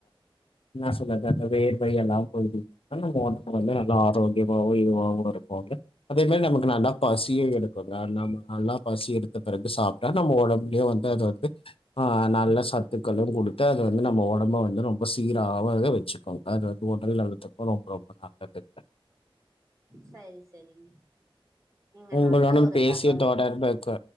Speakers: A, on the left; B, on the right.
A: என்ன சொல்லது அந்த வேர் வ எல்லாம் போயது ஆனா ஓட்டம் வந்து நல்லா ஆரோக்கியமாவும் இதுவாவவும் இருக்கும் அதே மாதிரி நமக்கு நல்லா பசிய எடுக்குங்க நம்ப நல்லா பசி எடுத்த பிறகு சாப்பிட்டா நம்ம உடம்புயே வந்து அது வந்து ஆ நல்ல ச அது வந்து நம்ம உடம்ப வந்து ரொம்ப சீராகவே வச்சுக்கோம் அது வந்து உடல் நலத்துக்கும் ரொம்ப ரொம்ப நல்லது <inaudible>
B: சரி சரிங்க நீங்க
A: உங்களுடன்
B: நல்ல ஒரு
A: பேசிய
B: தகவல்
A: தொடர்புக்கு